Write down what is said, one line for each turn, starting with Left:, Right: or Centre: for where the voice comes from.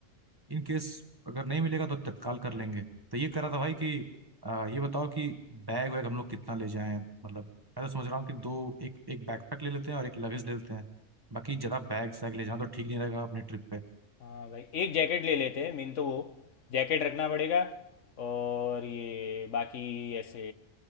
Right: इन केस अगर नहीं मिलेगा तो तत्काल कर लेंगे तो ये कर रहा था भाई कि आ, ये बताओ कि बैग वैग हम लोग कितना ले जाएं मतलब मैं तो समझ रहा हूँ कि दो एक एक बैकपैक ले लेते हैं और एक लगेज ले लेते हैं बाकी ज़्यादा बैग सैग ले जाना तो ठीक नहीं रहेगा अपनी ट्रिप पे
Left: हाँ भाई एक जैकेट ले लेते हैं मेन तो वो जैकेट रखना पड़ेगा और ये बाकी ऐसे